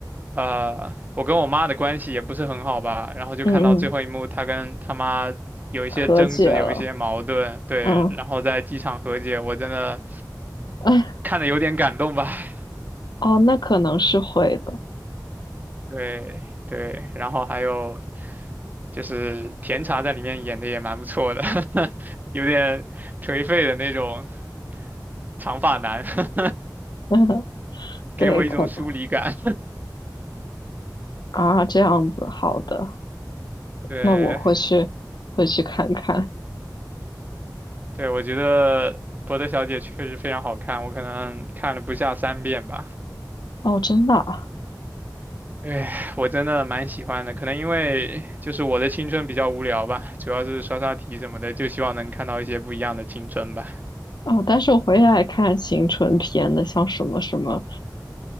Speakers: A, on the right; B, on the left.
A: 呃，我跟我妈的关系也不是很好吧，然后就看到最后一幕，
B: 嗯嗯，
A: 她跟她妈有一些争执，
B: 和解了。
A: 有一些矛盾，对，
B: 嗯，
A: 然后在机场和解，我真的
B: 哎，
A: 看的有点感动吧。<laughs>
B: 哦，那可能是会的，
A: 对对，然后还有就是甜茶在里面演的也蛮不错的，<laughs> 有点颓废的那种长发男，<laughs>
B: <laughs> 嗯，
A: 给我一种疏离感。
B: 对，可能啊，这样子，好的，
A: <laughs> 对
B: 那我会去会去看看。
A: 对，我觉得博德小姐确实非常好看，我可能看了不下三遍吧。
B: 哦，真的啊，
A: 哎，我真的蛮喜欢的，可能因为就是我的青春比较无聊吧，主要是刷刷题什么的，就希望能看到一些不一样的青春吧。
B: 哦，但是我回来看青春片的，像什么什么，